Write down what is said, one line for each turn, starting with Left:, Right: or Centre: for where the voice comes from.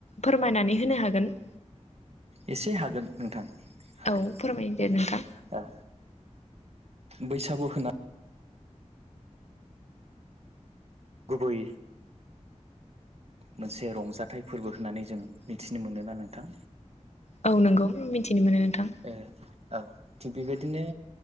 Left: फोरमायनानै होनो हागोन <inaudible>
Right: एसे हागोन नोंथां हागोन
Left: औ फोरमाय दे
Right: माने
Left: नोंथां
Right: औ बैसागु होना गुबुबै मोनसे रंजाथाइ फोरबो होननानै जों मिथिनो मोनोना नोंथां
Left: औ नंगौ मिथिनो मोनो नोंथां
Right: ए औ थिग बेबायदिनो